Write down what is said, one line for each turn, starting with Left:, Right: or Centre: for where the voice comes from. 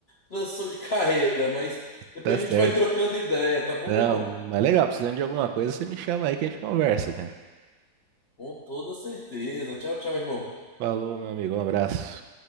Left: transição de <laughs> carreira, mas depois
Right: tá certo.
Left: a gente vai trocando ideia, tá bom,
Right: Não,
Left: meu irmão?
Right: mas legal, precisando de alguma coisa, você me chama aí que a gente conversa, cara.
Left: Com toda certeza. Tchau, tchau, irmão.
Right: Falou, meu amigo, um abraço.